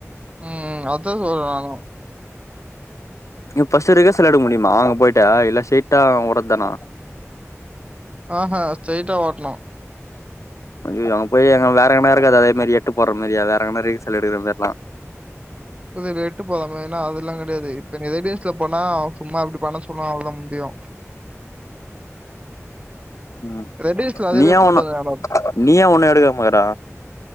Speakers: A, on the right (about 25°); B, on the left (about 75°).
A: ம் அதா சொல்றே நானு
B: நீ ஃபர்ஸ்ட்டு ரிவேஸ்லா எடுக்க முடிமா அங்க பொயிட்டா இல்ல சேர்ட்டா ஓட்றது தானா
A: ஆஅ ஸ்ட்டெய்டா ஓட்ணு
B: அய்யய்யோ அங்க போயி எங்க வேறெங்கனா இருக்காதா அதே மாரி எட்டு போட்ற மாரி எதா வேற மாரி செல எடுக்கற் தட்னா
A: மொதல இவ எட்டு போட்றாங்ளா ஏனா அதுல்லா கெடையாது இப்ப நெறை பேஸ்ல போனா சும்மா அப்டி பண்ண சொன்னா அவ்ள் தா முடியு
B: ம்
A: ரெடிஸ்ல அதுவே
B: நீயா
A: போட்டுருந்தாங்கடா
B: ஒன்னு நீயா ஒன்னு எடுக்க மாக்கற